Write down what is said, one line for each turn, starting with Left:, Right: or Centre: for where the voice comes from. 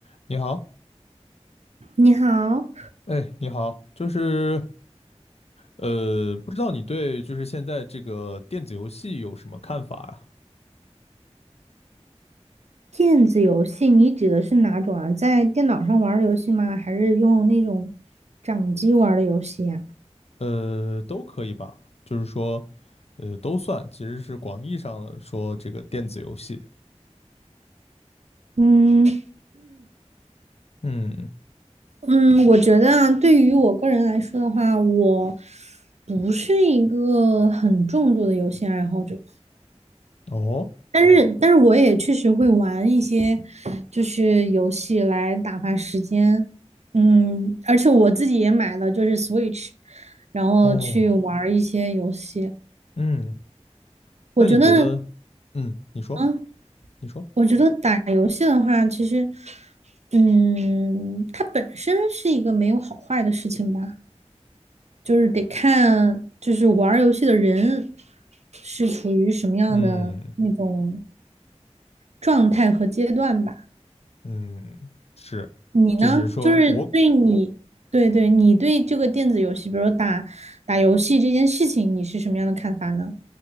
Left: 你好，
Right: 你好，
Left: 哎，你好，就是呃，不知道你对就是现在这个电子游戏有什么看法啊？
Right: 电子游戏你指的是哪种啊？在电脑上玩儿的游戏吗？还是用那种掌机玩儿的游戏呀？
Left: 呃，都可以吧，就是说，呃，都算，其实是广义上的说这个电子游戏。
Right: 嗯
Left: 嗯，
Right: 嗯，我觉得啊，对于我个人来说的话，我不是一个很重度的游戏爱好者，
Left: 哦，
Right: 但是但是我也确实会玩一些就是游戏来打发时间。嗯，而且我自己也买了就是 Switch，然后去玩儿一些游戏。
Left: 哦，嗯，
Right: 我觉得。
Left: 那你觉得，嗯，你说，
Right: 啊，
Left: 你说，
Right: 我觉得打游戏的话，其实，嗯，它本身是一个没有好坏的事情吧，就是得看，就是玩儿游戏的人是处于什么样的那种
Left: 嗯
Right: 状态和阶段吧。
Left: 嗯，是，
Right: 你呢？
Left: 就是说我，
Right: 就是对你，对对，你对这个电子游戏，比如说打打游戏这件事情，你是什么样的看法呢？